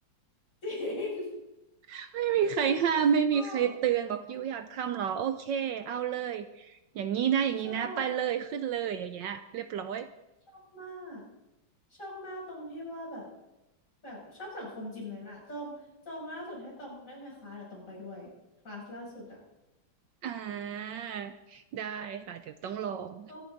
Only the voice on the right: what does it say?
<laughs> ไม่มีใครห้ามไม่มีใครเตือนบอกยูอยากทำเหรอโอเคเอาเลย
อย่างนี้นะอย่างนี้นะไปเลยขึ้นเลยอย่างเงี้ยเรียบร้อย
อ่าได้ค่ะเดี๋ยวต้องลอง